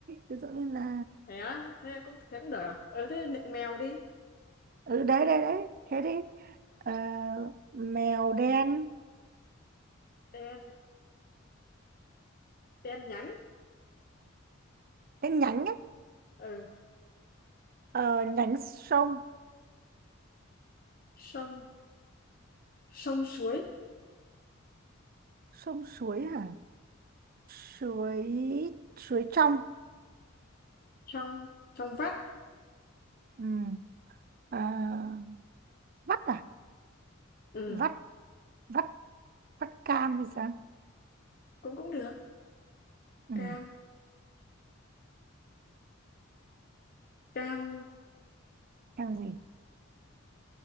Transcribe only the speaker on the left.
thế á thế cũng thế cũng được à ừ thế nựng mèo đi
đen đen nhánh
ừ
sông sông suối
trong trong vắt
ừ
cũng cũng được
cam cam